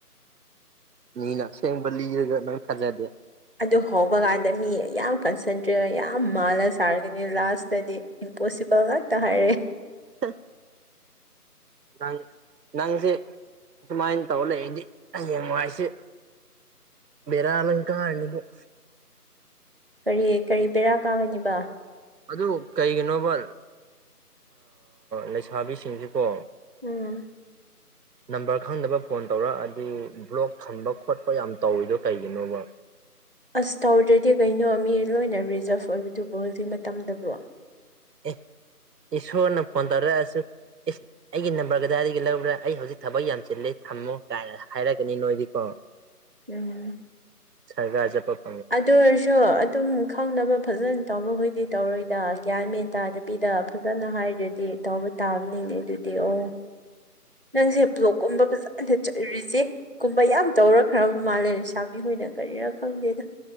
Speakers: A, on the right; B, on the right.
A: ꯃꯤꯅ ꯑꯁꯦꯡꯕ ꯂꯤꯔꯒ ꯅꯪ ꯐꯥꯖꯗꯦ
B: ꯑꯗꯨ ꯍꯧꯕ ꯀꯥꯟꯗ ꯃꯤ ꯌꯥꯝ ꯀꯟꯁꯟꯇ꯭ꯔꯦꯠ ꯌꯥꯝ ꯃꯥꯜꯂ ꯁꯥꯔꯒꯅꯤ ꯂꯥꯁꯇꯗꯤ ꯏꯝꯄꯣꯁꯤꯕꯜ ꯉꯇ ꯍꯥꯏꯔꯦ
A: ꯑꯝ ꯅꯪ ꯅꯪꯁꯦ ꯑꯁꯨꯃꯥꯏꯅ ꯇꯧꯔ ꯂꯩꯗꯤ ꯍ ꯍꯌꯦꯡ ꯅꯨꯡꯉꯥꯏꯁꯤ ꯕꯔ ꯑꯂꯪꯀ ꯍꯥꯏꯅꯤꯒ
B: ꯀꯔꯤ ꯀꯔꯤ ꯄꯕꯦꯔꯥ ꯀꯥꯒꯅꯤꯕ
A: ꯑꯗꯨ ꯀꯩꯒꯤꯅꯣꯕ ꯂꯩꯁꯥꯕꯤꯁꯤꯡꯁꯤꯦꯀꯣ
B: ꯎꯝ
A: ꯅꯝꯕꯔ ꯈꯪꯗꯕ ꯐꯣꯟ ꯇꯧꯔꯛꯑꯗꯤ ꯕ꯭ꯂꯣꯛ ꯊꯝꯕ ꯈꯣꯠꯄ ꯌꯥꯝ ꯇꯧꯔꯤꯗꯣ ꯀꯩꯒꯤꯅꯣꯕ
B: ꯑꯁ ꯇꯧꯗ꯭ꯔꯗꯤ ꯀꯩꯅꯣ ꯃꯤ ꯂꯣꯏꯅ ꯔꯤꯖꯥꯞ ꯑꯣꯏꯕꯗꯨꯕꯨꯣ ꯍꯧꯖꯤꯛ ꯃꯇꯝꯗꯕꯨꯣ
A: ꯑꯦ ꯏꯁꯣꯔꯅ ꯄꯗꯔꯗ ꯑꯁ ꯏꯁ ꯑꯩꯒꯤ ꯅꯝꯕꯔꯀꯗꯥꯏꯗꯒꯤ ꯂꯧꯕꯔꯥ ꯑꯩ ꯍꯧꯖꯤꯛ ꯊꯕꯛ ꯌꯥꯝ ꯆꯤꯜꯂꯤ ꯊꯝꯃꯣ ꯀꯥꯏꯅ꯫ ꯍꯥꯏꯔꯛꯀꯅꯤ ꯅꯣꯏꯗꯤꯀꯣ꯫
B: ꯎꯝ꯫
A: <unintelligible>
B: ꯑꯗꯨ ꯑꯣꯏꯔꯁꯨ ꯑꯗꯨꯝ ꯈꯪꯅꯕ ꯐꯖꯅ ꯇꯧꯕꯈꯣꯏꯗꯤ ꯇꯧꯔꯣꯏꯗ ꯒ꯭ꯌꯥꯟ ꯃꯦꯟ ꯇꯥꯗꯕꯤꯗ ꯐꯖꯅ ꯍꯥꯏ ꯑꯗꯨꯗꯤ ꯇꯧꯕ ꯇꯥꯕꯅꯤꯅꯦ ꯑꯗꯨꯗꯤ ꯑꯣ꯫ ꯅꯪꯁꯦ ꯕ꯭ꯂꯣꯛꯀꯨꯝꯕ ꯐꯖꯅ ꯔꯤꯖꯦꯛ ꯀꯨꯝꯕ ꯌꯥꯝ ꯇꯧꯔꯛꯈ꯭ꯔꯕ ꯃꯥꯜꯂꯦ ꯄꯩꯁꯥꯕꯤꯍꯣꯏꯅ ꯀꯔꯤꯔ ꯈꯪꯗꯦꯗ꯫